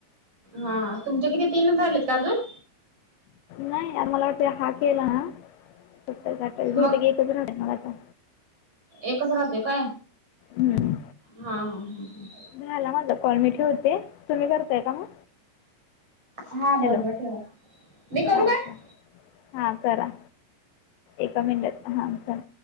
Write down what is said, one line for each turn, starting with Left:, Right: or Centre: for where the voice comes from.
Right: हा तुमचे किती तीन झालेत आजून?
Left: नाही मला वाटतंय हा केला ना <unintelligible>
Right: मग
Left: एकच राहतोय मग माझा.
Right: एकच राहते काय
Left: हम्म.
Right: हा हा ह.
Left: झाला माझा कॉल मी ठेवते तुम्ही करतायं का मग?
Right: हा हा बरोबर
Left: हॅलो!
Right: ठेवा मी करू
Left: हा
Right: काय
Left: ठेवा हा करा. एका मिनिटात हा करा.